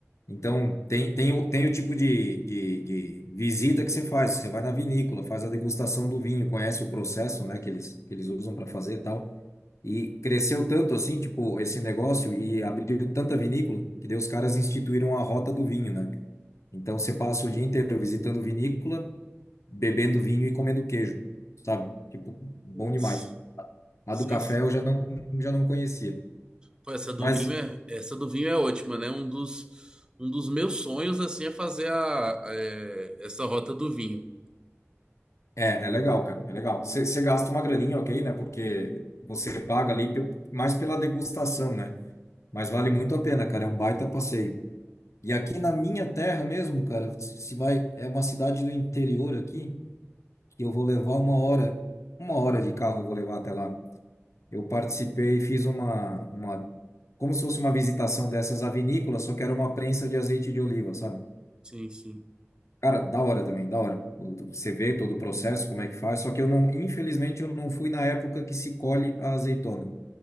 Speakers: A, on the left; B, on the right.
A: Então, tem, tem, o, tem o tipo de, de, de visita que você faz, você vai na vinícola, faz a degustação do vinho, conhece o processo, né, que eles, que eles usam para fazer e tal. E cresceu tanto assim, tipo, esse negócio e abriu tanta vinícola que daí os caras instituíram a rota do vinho, né? Então você passa o dia inteiro visitando vinícola, bebendo vinho e comendo queijo, sabe? Tipo, bom
B: Putz,
A: demais. A
B: sem,
A: do café eu já não, já não conhecia.
B: Pô, essa do
A: Mas
B: vinho é, essa do vinho é ótima, né? Um dos, um dos meus sonhos, assim, é fazer a, é, essa rota do vinho.
A: é, é legal, cara, é legal. Você você gasta uma graninha, ok, né? Porque você paga ali pe- mais pela degustação, né? Mas vale muito a pena, cara, é um baita passeio. E aqui na minha terra mesmo, cara, se vai, é uma cidade do interior aqui, que eu vou levar uma hora, uma hora de carro eu vou levar até lá. Eu participei e fiz uma, uma, como se fosse uma visitação dessas vinícolas, só que era uma prensa de azeite de oliva, sabe?
B: Sim, sim.
A: Cara, da hora também, da hora. O- Você vê todo o processo, como é que faz, só que eu não, infelizmente, eu não fui na época que se colhe a azeitona.